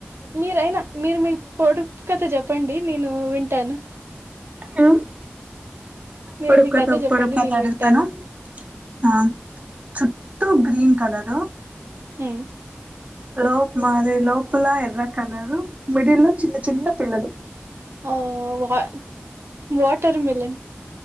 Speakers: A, on the right; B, on the right.
A: మీరు అయినా మీరు మీ పొడుపు కథ చెప్పండి నేను వింటాను
B: ఆ
A: మీరు
B: పొడుపు
A: మీ
B: కథ
A: జెప్పండి
B: పొడుపు కథ
A: నేను
B: అడుగుతాను
A: వింటాను.
B: ఆ చుట్టూ గ్రీన్ కలర్
A: ఉ
B: లోప్ మాది లోపలా ఎర్ర కలర్ మిడిల్ లో చిన్న చిన్న పిల్లలు
A: అ వా వాటర్ మిలన్